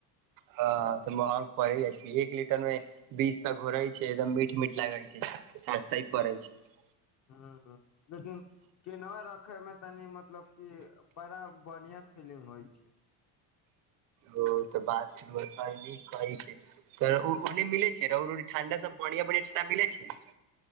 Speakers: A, on the right; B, on the left.
A: ह तऽ महग पड़े जाइ छै एक लीटर में बीस क घोरे छै एकदम मीट मीट लागे छै सस्तय परए छै
B: ह लेकिन केनवा रखय मे तनि मतलब कि बड़ा बढ़िआँ फीलिंग होइ छै
A: ओ तऽ बात नीक कहै छि तऽ ओ ओने मिले छै रौ रौड़ी ठंडा सब ब बढ़िया बढ़िया ठंडा मिले छै